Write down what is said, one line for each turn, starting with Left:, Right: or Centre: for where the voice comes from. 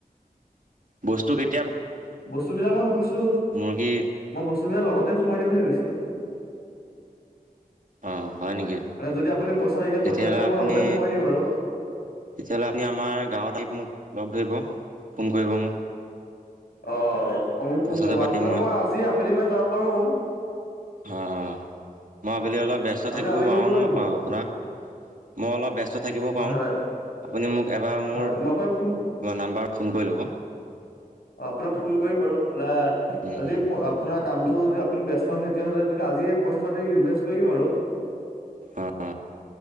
Right: বস্তু কেইয়া
Left: বস্তু বিলাক মই ভাবিছো
Right: মুৰ্গী
Left: মই বস্তুবিলাক লগতে সোমাই দিম বুলি ভাবিছো।
Right: অ হয় নেকি
Left: মানে যদি আপুনি পইচা এতিয়া
Right: তেতিয়াহ'লে
Left: পইচা দিলে মই
Right: আপুনি
Left: লগতে সোমাই দিম আৰু
Right: তেতিয়াহ'লে আপুনি আমাৰ গাঁৱতাই মোক লগ ধৰিব ফোন কৰিব মোক?
Left: অ অ ফোন
Right: কথাটো
Left: কৰিম
Right: পাতিম
Left: আপোনাৰ মই আজি আবেলি মান যাব পাৰো।
Right: অ মই আবেলি
Left: আচ্ছা
Right: অলপ ব্যস্ত
Left: আপুনি
Right: থাকিব
Left: আবেলি
Right: পাৰোঁ ন
Left: নেকি ঘৰত
Right: আপোনাক? মই অলপ ব্যস্ত থাকিব
Left: হয়
Right: পাৰোঁ
Left: হয়
Right: আপুনি মোক এবাৰ মোৰ
Left: হয় মই আপোনাক ফোন
Right: নাম্বাৰত ফোন কৰি ল'ব।
Left: অ আপোনাক ফোন কৰিম বাৰু এা
Right: উম
Left: আজি
Right: উম
Left: আপোনাক কামটো যদি আপুনি ব্যস্ত নয় তেতিয়াহ'লে আজিয়ে পইচাটো ইনভেষ্ট কৰি দিম আৰু।
Right: অঁ